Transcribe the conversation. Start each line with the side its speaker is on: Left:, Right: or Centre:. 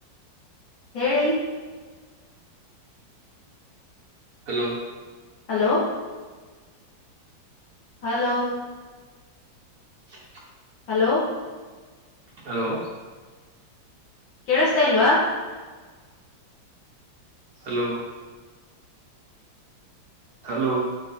Left: ಹೇಳಿ
Right: hello
Left: hello hello
Right: <inaudible>
Left: hello
Right: hello
Left: ಕೇಳಿಸತಾ ಇಲ್ವಾ
Right: ಹಲೋ ಹಲೋ